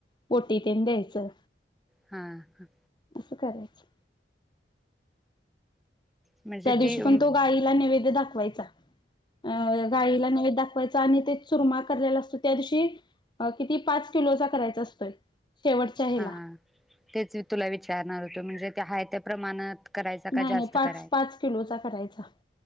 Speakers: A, on the left (about 25°); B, in the centre.
A: पोटी तेन द्यायचं
B: हा ह
A: असं करायचं
B: म्हणजे
A: त्या दिवशी
B: ती
A: पण तो गाईला नैवेद्य दाखवायचा चा अ गायला नव दाखवायच आणि ते सुरमाला असतो त्या दिवशी किती पाच किलोचा करायचा असतोय शेवटच्या ह्याला
B: हा तेच तुला विचारणार होतो म्हणजे हाय त्या प्रमाणात करायच का
A: नाही
B: जास्त
A: नाही पाच
B: करा
A: पाच किलोचा करायचा